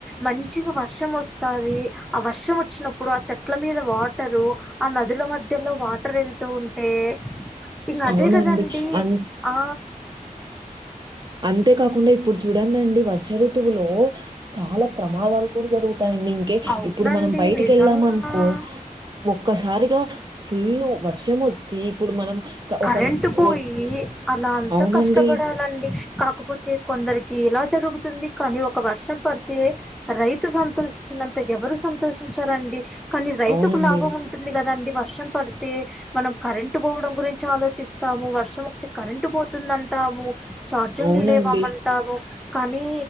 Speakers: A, in the centre; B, on the right.
A: మంచిగా వర్షం వస్తాది ఆ వర్షం వచ్చినప్పుడు ఆ చెట్ల మీద వాటరు ఆ నదులు మధ్యలో వాటర్ వెళ్తూ ఉంటే ఇంగ అదే
B: అవునండి
A: కదండి
B: అం
A: ఆ
B: అంతేకాకుండా ఇప్పుడు చూడండి అండి వర్ష ఋతువులో చాలా ప్రమాదాలు కూడా జరుగు తాయి అండి ఇంకే
A: అవునండి
B: ఇప్పుడు మనం బయటికి
A: నిజంగా
B: వెళ్ళాం అనుకో ఒక్కసారిగా ఫుల్లు వర్షం వచ్చి ఇప్పుడు మనం క
A: కరెంట్
B: ఒక
A: పోయి
B: ఒ
A: అలా అంతా
B: అవునండి.
A: కష్టపడాలండి కాకపోతే కొందరికి ఇలా జరుగుతుంది కానీ ఒక వర్షం పడితే రైతు సంతోషం నంత ఎవరు సంతోషించారండి కానీ రైతుకు
B: అవునండి.
A: లాభం ఉంటుంది కదండి వర్షం పడితే మనం కరెంటు పోవడం గురించి ఆలోచిస్తాము వర్షం వస్తే కరెంటు పోతుంది అంటాము చార్జింగ్
B: అవునండి.
A: లేవ్వమంటాము కానీ